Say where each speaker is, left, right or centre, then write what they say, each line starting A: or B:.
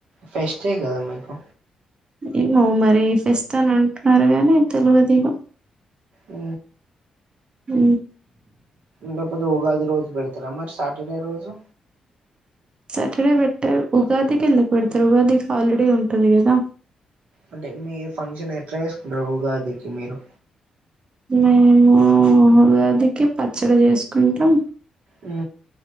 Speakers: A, on the right (about 80°); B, on the right (about 40°).
A: ఫెస్టే కదా మీకు
B: ఏమో మరి ఫెస్ట అని అంటున్నారు నీ తెలివదిగ
A: అ
B: ఉ
A: ఇ పతే ఉగాది రోజు పెడతార అ మరి సటర్డే రోజు
B: సాటర్డే పెట్టే ఉగాదికి ఎందుకు పెడతారు ఉగాదికి హాలిడే ఉంటుంది కదా
A: అంటే మీ ఫంక్షన్ ఎట్లా చేసుకుంటారు ఉగాదికి మీరు
B: మేము ఉగాదికి పచ్చడి చేసుకుంటాం
A: ఆ